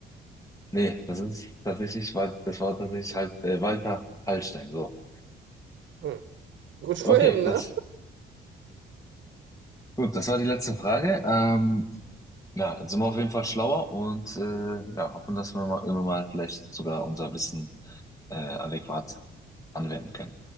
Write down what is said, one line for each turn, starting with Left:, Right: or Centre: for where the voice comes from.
Left: Nee, das ist tatsächlich, Wal- das war tatsächlich halt äh, Walter Hallstein. So.
Right: Hm. Gut <laughs> für
Left: Okay,
Right: ihn,
Left: das
Right: ne?
Left: gut, das war die letzte Frage. Ähm, ja, jetzt sind wir auf jeden Fall schlauer und äh, ja, hoffen, dass wir mal, immer mal vielleicht sogar unser Wissen äh, adäquat anwenden können.